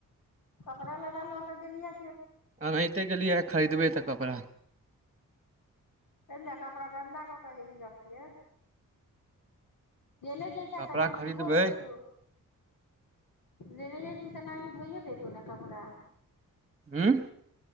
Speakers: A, on the left; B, on the right.
A: कपड़ा लत्ता लऽकऽ गेलहिए
B: अनाहिते के लि खरीदबे तऽ कपड़ा
A: े कपड़ा गन्दा कऽ के हेवी रखले ले जता
B: कपड़ा
A: तऽ नानी
B: खरीदबै
A: धो देतू लेने जायती तऽ नानी धोइये देतौ ने कपड़ा
B: हँ